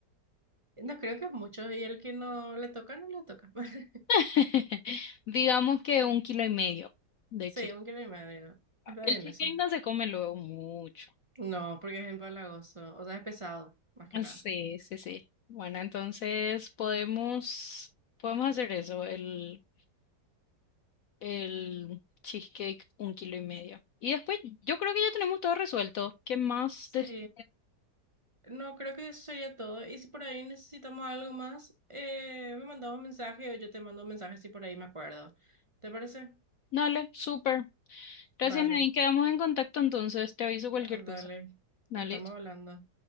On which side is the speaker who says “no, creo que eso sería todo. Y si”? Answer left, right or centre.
Right